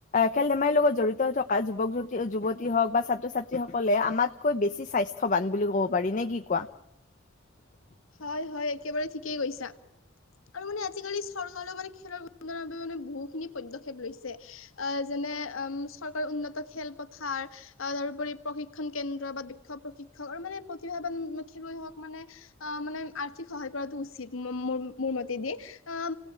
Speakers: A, on the left (about 40°); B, on the left (about 80°).
A: খেল ধেমালি লগত জঢ়িত হৈ থকা যুবন যুৱতী যু- হওক বা ছাত্ৰ-ছাত্ৰীসকলে আমাতকৈ বেছি স্বাস্থ্যৱান বুলি ক'ব পাৰি, নে কি কোৱা?
B: হয়-হয়, একেবাৰে ঠিকেই কৈছা। আৰু মানে আজিকালি চৰকাৰেও মানে খেলৰ উন্নয়নৰ বাবে মানে, বহুখিনি পদ্যক্ষেপ লৈছে। যেনে চৰকাৰে উন্নত খেলপথাৰ তাৰপৰি প্ৰশিক্ষণ কেন্দ্ৰ বা প্ৰশিক্ষক আৰু মানে প্ৰতিভান খেলুৱৈ হওক মানে অ মানে আৰ্থিক সহায় কৰা উচিত। মোৰ মাতেদি আ